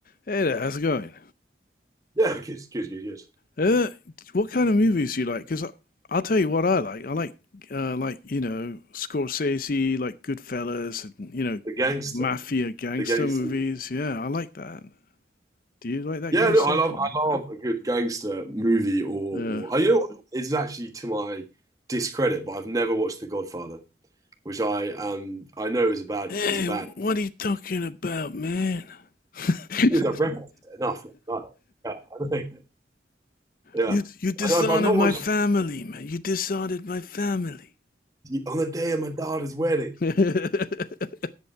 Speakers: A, on the left; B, on the right.
A: Hey there, how's it going?
B: Yeah, <laughs> the kid's kid's good. Yes,
A: Uh, what kind of movies do you like? Because I'll tell you what I like. I like, uh, like you know, Scorsese, like Goodfellas, and you know,
B: the gangster,
A: mafia gangster
B: the gangster.
A: movies. Yeah, I like that. Do you like that
B: Yeah,
A: kind
B: no,
A: of stuff?
B: I love I
A: Uh,
B: love a good gangster movie or
A: uh,
B: or oh, you know what? It's actually to my discredit, but I've never watched The Godfather, which I um I know is a bad
A: hey,
B: is a bad
A: what are you talking about, man? <laughs>
B: because I've referenced it enough. But, yeah, I don't think yeah,
A: You you dishonored
B: and I've, I've not
A: my
B: watched
A: family, man. You dishonored my family.
B: on the day of my daughter's wedding.
A: <laughs>